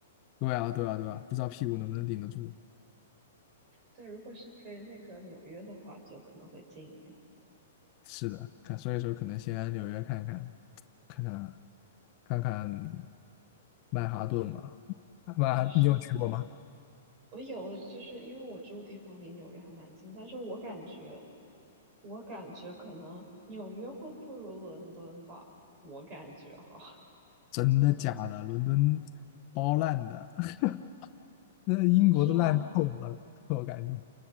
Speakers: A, on the left; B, on the right.
A: 对啊，对啊，对啊，不知道屁股能不能顶得住。
B: 对，如果是飞那个纽约的话，就可能会近一点。
A: 是的，看，所以说可能先来纽约看看，看看看看曼哈顿吧。曼哈，
B: 确实，
A: 你有去过吗？
B: 我有就是因为我住的地方离纽约还蛮近，但是我感觉我感觉可能纽约会不如伦敦吧，我感觉哈，
A: 真的假的？伦敦包烂的，<laughs> 那英国都烂透了，
B: <laughs> 是吗？
A: 我感觉